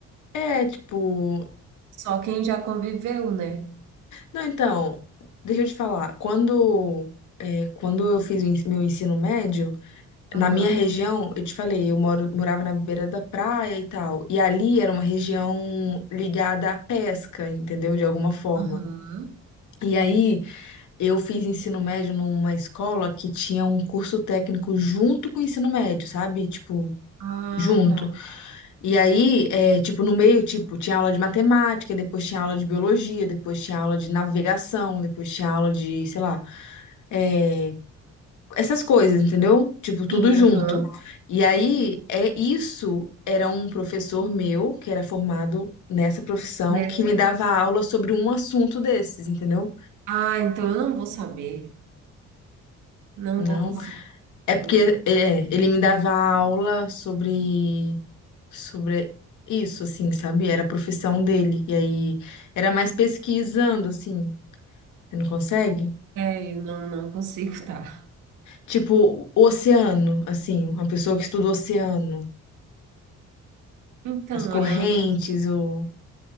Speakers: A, on the left (about 75°); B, on the right (about 80°).
A: É, tipo.
B: Só quem já conviveu, né?
A: Não, então, deixa eu te falar. Quando, é, quando eu fiz o ens- meu ensino médio,
B: Aham,
A: Na minha região, eu te falei, eu moro, morava na beira da praia e tal. E ali era uma região ligada à pesca, entendeu? De alguma forma.
B: aham.
A: E aí, eu fiz ensino médio numa escola que tinha um curso técnico junto com o ensino médio, sabe? Tipo,
B: Ah,
A: junto.
B: tá.
A: E aí, é, tipo, no meio, tipo, tinha aula de matemática, depois tinha aula de biologia, depois tinha aula de navegação, depois tinha aula de, sei lá, é, essas coisas, entendeu? Tipo, tudo
B: Sim,
A: junto.
B: aham.
A: E aí, é isso era um professor meu, que era formado nessa profissão,
B: Nessa
A: que me
B: pessoa.
A: dava aula sobre um assunto desses, entendeu?
B: Ah, então eu não vou saber. Não
A: Não.
B: vou conseguir.
A: É porque
B: Não.
A: é, ele me dava aula sobre sobre isso, assim, sabe? Era a profissão dele. E aí era mais pesquisando, assim. Você não consegue?
B: É, eu não, não consigo, tá?
A: Tipo, o oceano, assim, uma pessoa que estuda o oceano,
B: Então,
A: as correntes,
B: ela é uma pessoa.
A: o